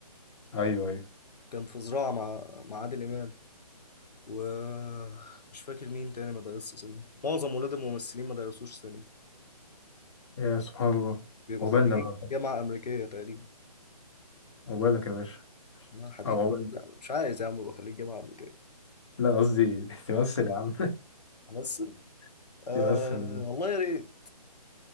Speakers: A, on the left (about 45°); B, on the left (about 80°).
A: ايوه ايوه
B: كان في زراعة مع مع عادل امام ومش فاكر مين تاني ما درسش سينما معظم ولاد الممثلين ما درسوش سينما
A: يا سبحان الله
B: بيبقوا
A: عقبالنا
B: خريجين
A: بقى
B: جامعة أمريكية تقريبا
A: عقبالك يا باشا
B: لا حبيبي
A: او عقبال
B: لا مش عايز يا عم أبقى خريج جامعة أمريكية
A: لا أنا قصدي <laughs> تمثل يا عم
B: أمثل
A: <laughs>
B: آه
A: تمثل يا عم.
B: والله يا ريت